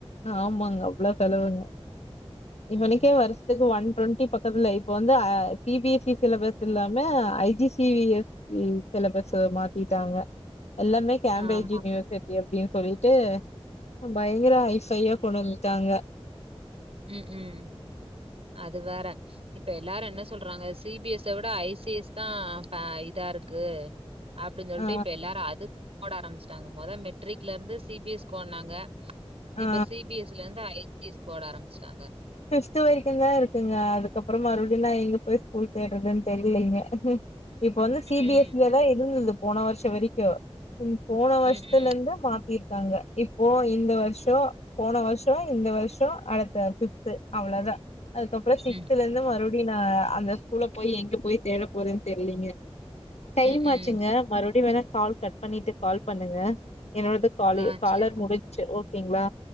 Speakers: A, on the left (about 85°); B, on the right (about 65°).
A: ஆமாங்க அவ்வள செலவுங்க இவனுக்கே
B: ம்.
A: வருஷத்துக்கு ஒன் டொண்டி பக்கத்துல இப்ப வந்து C B S E syllabus இல்லாம I G C B S சிலபஸ்ல மாத்திட்டாங்க எல்லாமே கேபேஜ்
B: ஆமா.
A: யூனிவச் எப்பயு சொல்லிட்டு பயங்கர தயா கொனல் ட்டாங்க
B: உம் உம் அது வேற இப்ப எல்லாரு என்ன சொல்றாங்க சிபிஎஸ் விட ஐசிஎஸ் தா இதா இருக்கு அப்டின்னு சொல்லிட்டு
A: ஆ
B: இப்ப எல்லாரும் அதுக் போட ஆரம்பச்சிட்டாங்க மொத மெட்ரிக்ல இருந்து சிபிஎஸ் ஓனாங்க
A: ஆ
B: இப்ப சிபிஎஸ்ல இருந்து ஐ தீஸ் ஓட ஆரம் பிச்டாங்க
A: த்து வரைக்கு தா இருக்குங்க அதுக்கப்புறம் மறுபடியும் நான் எங்க போய் ஸ்கூல் தேடுறதுன்னு தெரியலீங்க இப்ப வந்து சிபிஎஸ்இங்கதா
B: ம்.
A: இருந்தது போன வருஷ வெரிக்கு ம் போன
B: ம்,
A: வருஷத்துலருந்து
B: ம்.
A: மாத்தி க்காங்க இப்போ இந்த வருஷ் தோ போன வருஷம் இந்த வருஷம் அடுத்த சிப் த் அவ்ளதா அதுக்கப்பறம் சிக்ஸ்த்லருந்து
B: ம்.
A: மறுடி அப்டின்னா அந்த ஸ்கூல போய் எங்க போய் தேட போறதுன் தெர்லீங்க டைம்
B: ம், ம்.
A: ஆச்சிங்க மறுடியு வேணா கால் கட் பண்ணிட்டு கால் பண்ணுங்க என்னோடது கால்
B: ஆ
A: காலர்
B: சரி.
A: முடிஞ்ச்சி பீங்களா